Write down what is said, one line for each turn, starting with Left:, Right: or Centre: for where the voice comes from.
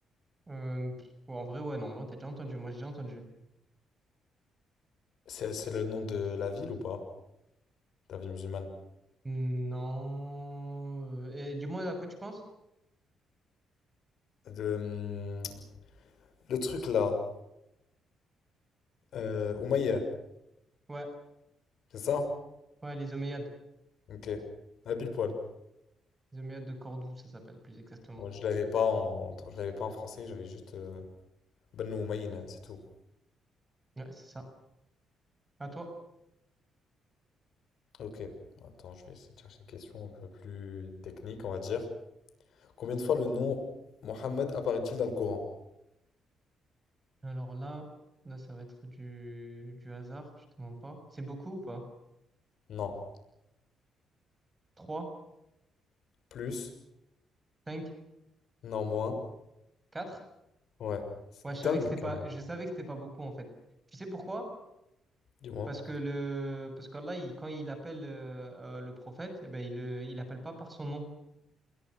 Right: Euh, pff, oh, en vrai, ouais, non, t'as déjà entendu, moi j'ai déjà entendu.
Left: C'est c'est le nom de la ville ou pas? De La ville musulmane.
Right: Non. euh, Et dis-moi à quoi tu penses?
Left: De, hum, le truc là. Euh, Umayya.
Right: Ouais,
Left: C'est ça?
Right: ouais, les Omeyyades.
Left: hein Ok. À pile poil.
Right: Les Omeyyades de Cordoue, ça s'appelle plus exactement.
Left: Bon, je l'avais pas en... je l'avais pas en français, j'avais juste euh, Banu Umayna, c'est tout.
Right: Ouais, c'est ça. À toi.
Left: Ok. Attends, je vais essayer de chercher une question un peu plus technique, on va dire. Combien de fois le nom Mohammed apparaît-il dans le Coran?
Right: Alors là, là, ça va être du, du hasard, je te mens pas. C'est beaucoup ou pas?
Left: Non.
Right: Trois,
Left: Plus?
Right: cinq,
Left: Non, moins?
Right: quatre.
Left: Ouais. C'est
Right: Ouais, je savais
Left: dingue,
Right: que c'était pas,
Left: quand même.
Right: je savais que c'était pas beaucoup en fait. Tu sais pourquoi?
Left: Dis-moi.
Right: Parce que le, parce qu'Allah, il- quand il appelle euh, euh, le prophète, eh ben, il le, il appelle pas par son nom